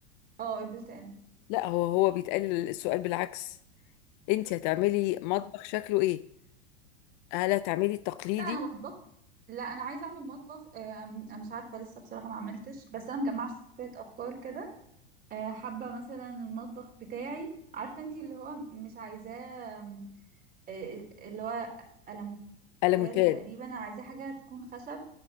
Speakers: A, on the right; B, on the left.
A: اه البلت ان
B: لا هو هو بيتقال السؤال بالعكس انتي هتعملي مطبخ شكله ايه هل هتعملي التقليدي
A: لا انا بطبخ لا انا عايزه اعمل مطبخ آم، مش عارفه لسه بصراحه ما عملتش بس انا مجمعه شويه افكار كده آه، حابه مثلا المطبخ بتاعي عارفه انتي اللي هو مش عايزاه آم، آه، آه، اللي هو الموتيل
B: ألا مثال
A: تقريبا انا عايزاه حاجه تكون خشب